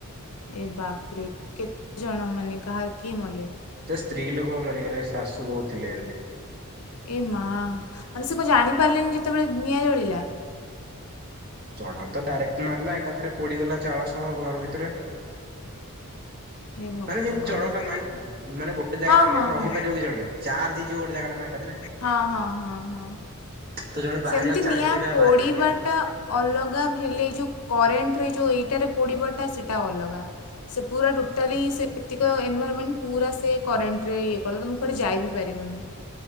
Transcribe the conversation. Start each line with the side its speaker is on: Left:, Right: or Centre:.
Left: ଏ ବାପରେ। କେତେ ଜଣ ମାନେ କାହାର କିଏ ମଲେ?
Right: ସେ ସ୍ତ୍ରୀ ଲୋକ ବା ମରିଗଲେ, ଶାଶୂ ବୋହୂ ଥିଲେ ଏମତି।
Left: ଏ ମା, ମାନେ ସେ କଣ ଜାଣିପାରିଲେନି ଯେତେବେଳେ ନିଆଁ ଜଳିଲା?
Right: ଚଡ଼କ ତ ଡାଇରେକ୍ଟ ମାରିଲା ଏକାଥରେ ପୋଡିଗଲା ଚାଳ ସହ ଘର ଭିତରେ।
Left: ହେ ଭଗବାନ
Right: ମାନେ ଯେମିତି ଚଡକଟା ମାଇଲା ମାନେ ଗୋଟେ ଜାଗାରେ
Left: ହଁ
Right: ଆଉ କଣ
Left: ହଁ
Right: ରହିପାରିବ
Left: ହଁ
Right: କି ଜଣେ, ଚାର୍ଜ ହେଇଯିବ ଗୋଟେ ଜାଗାଟା ନା ଏକାଥରେ।
Left: ହଁ-ହଁ-ହଁ-ହଁ।
Right: ତ ଜଣେ ବାହାରିବାକୁ
Left: ସେମତି ନିଆଁ
Right: ଚାହିଁଲେ ବି ଆଉ
Left: ପୋଡିବାଟା
Right: ବାହାରି ପାରିବନି ହୁଁ।
Left: ଅଲଗା ହେଲେ, ଏ ଯୋଉ କରେଣ୍ଟରେ ଯୋଉ ଏଇଟାରେ ପୋଡ଼ିବଟା ସେଇଟା ଅଲଗା। ସେ ପୁରା ଟୋଟାଲି ସେ ଏତିକ ଏନଭାଲମେଣ୍ଟ ପୁରା ସେ କରେଣ୍ଟରେ ଇଏ କରିଦବ, ତମେ କୁଆଡେ ଯାଇ ବି ପାରିବନି।